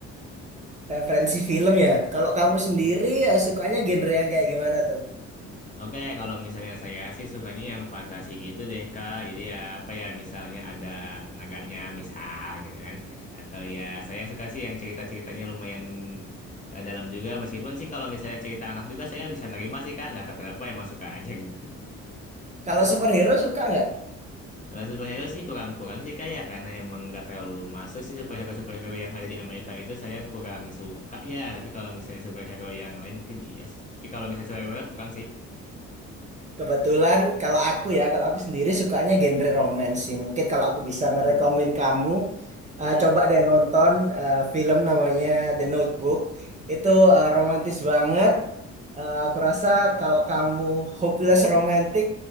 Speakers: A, on the right; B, on the left.
A: Referensi film ya. Kalau kamu
B: Mm-mm.
A: sendiri ya sukanya genre yang kayak gimana tuh?
B: Oke, kalau misalnya saya sih sukanya yang fantasi gitu deh, Kak. Jadi ya apa ya, misalnya ada naganya misal gitu kan. Atau ya saya suka sih yang cerita-ceritanya lumayan eh, dalam juga. Meskipun sih kalau misalnya cerita anak juga saya bisa nerima sih, Kak. Nggak tahu kenapa emang suka aja gitu. <laughs>
A: Kalau superhero suka nggak?
B: Kalau superhero sih kurang-kurang sih, Kak ya. Karena emang nggak terlalu masuk sih superhero-superhero yang ada di Amerika itu saya kurang suka ya. Tapi kalau misalnya superhero yang lain mungkin iya sih. Tapi kalau misalnya superhero kurang sih.
A: Kebetulan kalau aku ya, kalau aku sendiri sukanya genre
B: Hmm.
A: romance sih. Mungkin kalau aku bisa ngerekomen
B: Uh,
A: kamu,
B: Mm-mm.
A: eh, coba deh nonton eh, film namanya The Notebook. Itu eh, romantis banget. Eh, aku rasa kalau kamu hopeless romantic,